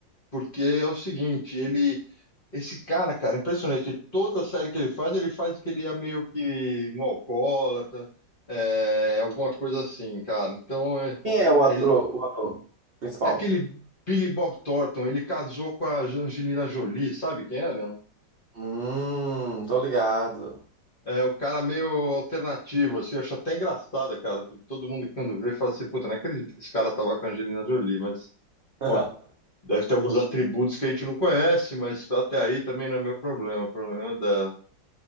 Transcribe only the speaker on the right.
Quem é o
ator,
o ator principal?
Hum, tô ligado.
<laughs>